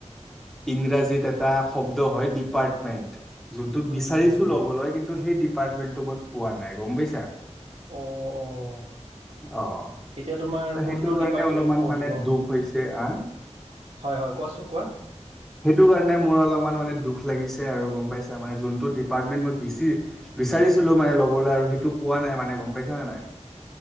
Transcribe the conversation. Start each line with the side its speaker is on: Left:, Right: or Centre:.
Centre: ইংৰাজীত এটা শব্দ হয় ডিপাৰ্টমেণ্ট। যোনটো
Right: হম
Centre: বিচাৰিছো
Right: হম হম
Centre: ল'বলৈ কিন্তু সেই ডিপাৰ্টমেণ্টটো মই পোৱা নাই গম পাইছা।
Right: অ' অ'
Centre: আহ।
Right: এতিয়া তোমাৰ
Centre: ত
Right: কোনটো
Centre: সেইটো কাৰণে
Right: ডিপাৰ্টমেণ্ট
Centre: অলপমান
Right: পঢ়িব?
Centre: মানে দুখ হৈছে আহ
Right: হয় হয় কোৱাচোন কোৱা।
Centre: সেইটো কাৰণে মোৰ অলপমান মানে দুখ লাগিছে আৰু গম পাইছা মানে যোনটো ডিপাৰ্টমেন্ট মই বেছি বিচাৰিছিলো মানে ল'বলৈ আৰু সেইটো পোৱা নাই মানে গম পাইছা নে নাই।